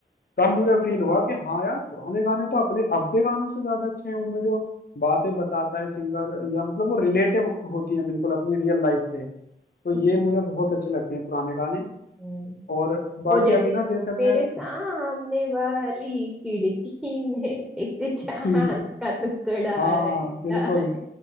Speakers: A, on the left; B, in the centre.
A: तब मुझे फील हुआ कि हाँ यार पुराने गाने तो अपने अब के गानों से ज्यादा अच्छे हैं उनमें जो बातें बताता है सिंगर या मतलब वो रिलेटिव होती है बिल्कुल अपनी रियल लाइफ से तो ये
B: <laughs> हम्म।
A: मुझे बहुत अच्छे लगते हैं पुराने गाने
B: हम्म
A: और बाकी
B: वो जैसे
A: अभी ना जैसे
B: तेरे
A: मैं
B: सामने वाली खिड़की में एक चांद
A: हम्म।
B: का टुकड़ा
A: हाँ
B: रहता
A: बिल्कुल
B: है